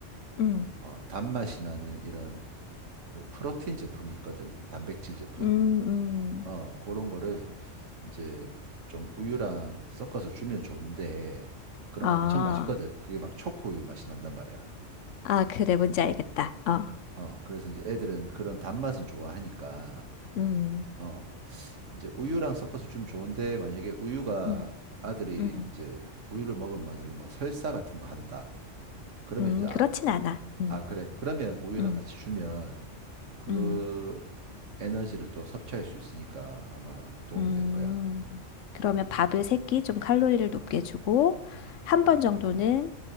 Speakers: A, on the left; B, on the right.
A: 음,
B: 어, 단맛이 나는 이런 그 프로틴 제품이 있거든. 단백질 제품.
A: 음, 음.
B: 어, 그런 거를 이제 좀 우유랑 섞어서 주면 좋은데 그럼
A: 아,
B: 엄청 맛있거든. 그게 막 초코 우유 맛이 난단 말이야.
A: 아, 그래, 뭔지 알겠다. 어,
B: 어, 그래서 이제 애들은 그런 단맛은 좋아하니까
A: 음,
B: 어, 이제 우유랑 섞어서 주면 좋은데 만약에 우유가
A: 음,
B: 아들이
A: 음,
B: 이제 우유를 먹으면 만약에 뭐 설사 같은 거 한다. 그러면
A: 음,
B: 이제 아,
A: 그렇진 않아. 음.
B: 아 그래. 그러면 우유랑
A: 음,
B: 같이 주면 그
A: 음,
B: 에너지를 또 섭취할 수 있으니까 아마 도움이
A: 음.
B: 될 거야.
A: 그러면 밥을 3끼 좀 칼로리를 높게 주고, 한 번 정도는